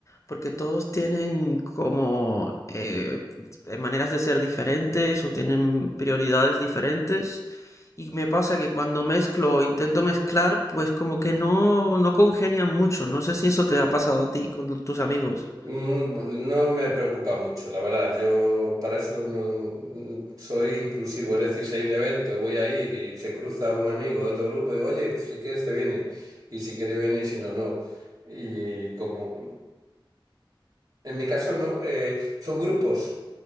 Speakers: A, on the left; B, on the right.
A: porque todos tienen como eh, eh, maneras de ser diferentes o tienen prioridades diferentes. Y me pasa que cuando mezclo o intento mezclar, pues como que no, no congenian mucho. No sé si eso te ha pasado a ti con tus amigos.
B: Mm, No me preocupa mucho, la verdad. Yo para eso no, mm, soy inclusivo. Es decir, si hay un evento y voy a ir y se cruza un amigo de otro grupo, digo, oye, si quieres te viene. Y si quiere viene y si no, no. Y como en mi caso no, eh, son grupos